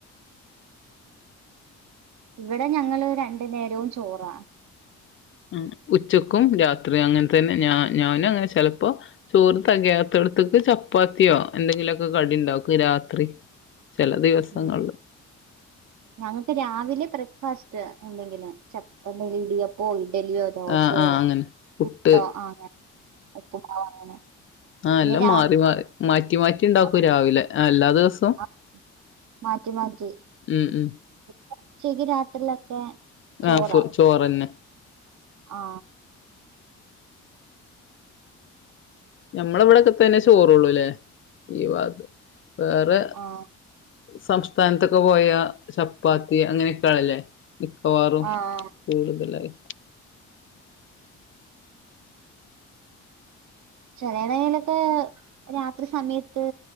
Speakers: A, on the right; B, on the left.
A: ഇവടെ ഞങ്ങള് രണ്ടു നേരവും ചോറാ
B: ഉം ഉച്ചക്കും രാത്രിയും അങ്ങൻ തന്നെ ഞാ ഞാനും അങ്ങനെ ചെലപ്പോ ചോറ് തെകയാത്തടത്തേക്ക് ചപ്പാത്തിയോ എന്തെങ്കിലുവൊക്കെ കടി ഉണ്ടാക്കും രാത്രി ചില ദിവസങ്ങളില്
A: ഉം ഞങ്ങക്ക് രാവിലെ ബ്രേക്ക്ഫാസ് റ്റ് എന്തെങ്കിലും ചപ്പ എന്തെങ്കിലും ഇടിയപ്പോ ഡലിയോ ദോശയോ
B: ആഹ് ആഹ് അങ്ങനെ പുട്ട്
A: പുട്ടോ ആ അങ്ങനെ ഉപ്പുമാവോ അങ്ങനെ
B: ആ
A: പിന്നെ
B: എല്ലം
A: രാത്രി
B: മാറി മാറി മാറ്റി മാറ്റി ഉണ്ടാക്കും
A: ആ,
B: രാവിലെ എല്ലാ ദിവസോം
A: ആ, മാറ്റി മാറ്റി
B: ഉം ഉം
A: ഉച്ചക്ക് രാത്രിലൊക്കെ ചോറാ
B: ആഹ് ഫു ചോറന്നെ
A: ആ
B: ഞമ്മളെ ഇവിടൊക്കെ തന്നെ ചോറള്ളൂല്ലേ ഈ ഭാത് വേറെ
A: ആഹ്
B: സംസ്ഥാനത്തൊക്കെ പോയ ചപ്പാത്തി അങ്ങനെക്കെണല്ലേ മിക്കവാറും
A: ആഹ്
B: കൂടുതലായി
A: ചെനൈ നയ്ലൊക്കെ രാത്രി സമയത്ത്